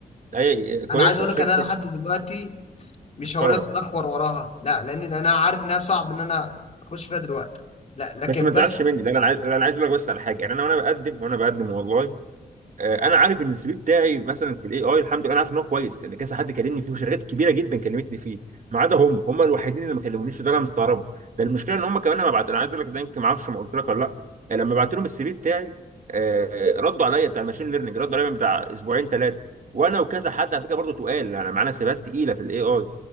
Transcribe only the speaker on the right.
هي كويسه
شركه
محترمه
بس ما تزعلش
مني لا انا عايز لا، انا عايز اقول لك بس على حاجه يعني انا وانا بقدم وانا بقدم والله آه، انا عارف ان السي في بتاعي مثلا في الاي اي الحمد لله انا عارف ان هو كويس لان كذا حد كلمني فيه وشركات كبيره جدا كلمتني فيه ما عدا هم هم الوحيدين اللي ما كلمونيش وده انا مستغربه ده المشكله ان هم كمان لما بعت انا عايز اقول لك ده يمكن ما اعرفش ما قلت لك ولا لا آه، لما بعت لهم السي في بتاعي آه، ردوا عليا بتاع الماشين ليرنينج ردوا عليا من بتاع اسبوعين ثلاثه وانا وكذا حد على فكره برضه تقال يعني معانا سيبات تقيله في الاي اي